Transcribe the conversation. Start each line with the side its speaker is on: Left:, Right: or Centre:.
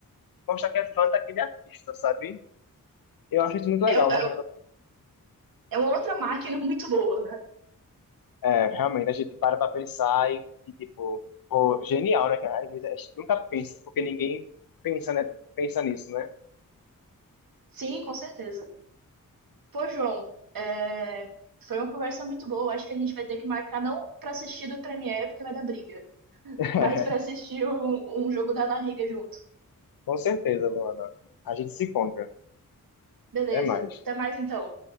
Left: mostrar que é fã daquele artista, sabe? Eu acho isso muito legal,
Right: É, é,
Left: mas
Right: é uma outra máquina <laughs> muito boa, né?
Left: é, realmente a gente para para pensar e, e, tipo, pô, genial, né? cara? Às vezes a gente nunca pensa, porque ninguém pensa, né? Pensa nisso, né?
Right: Sim, com certeza. Pô, João, é, foi uma conversa muito boa. Acho que a gente vai ter que marcar, não pra assistir do Premier, porque vai dar briga,
Left: <laughs>
Right: mas pra assistir um, um jogo da La Liga junto.
Left: Com certeza, Luana. A gente se encontra.
Right: Beleza.
Left: Até mais.
Right: Até mais então.